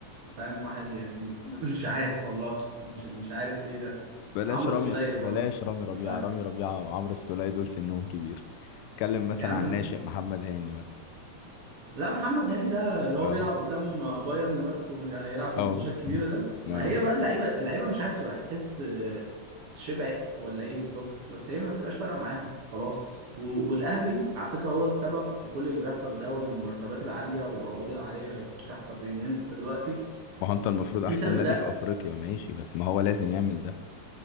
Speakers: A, on the right (about 55°); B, on the left (about 85°).
A: فاهم واحد يعني <laughs> مش عارف والله مش مش عارف ايه ده
B: بلاش
A: عمرو
B: رامي
A: السولية
B: بلاش
A: برضو
B: رامي ربيعة
A: ف
B: رامي ربيعة وعمرو السولية دول سنهم كبير اتكلم مثلا
A: يا عم
B: عن ناشئ محمد هاني مثلا
A: لا محمد هاني ده اللي هو
B: اه
A: بيلعب قدام بايرن بس ومش عارف يلعب في
B: اه
A: الماتشات الكبيرة ده ما
B: اه
A: هي بقى اللعيبة اللعيبة مش عارف تبقى تحس آه، شبعت ولا ايه بالظبط بس هي ما بتبقاش فارقة معاهم خلاص و- والأهلي على فكرة هو السبب في كل اللي بيحصل ده والمرتبات العالية والعقود العالية اللي بتحصل دي ان انت دلوقتي
B: ما هو انت المفروض احسن
A: انت اللي
B: نادي
A: بدأت
B: في افريقيا ماشي بس ما هو لازم يعمل ده